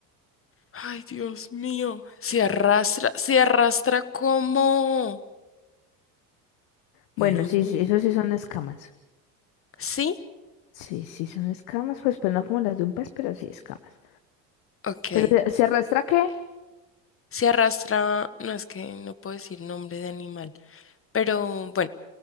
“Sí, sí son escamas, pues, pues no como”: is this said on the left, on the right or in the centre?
Left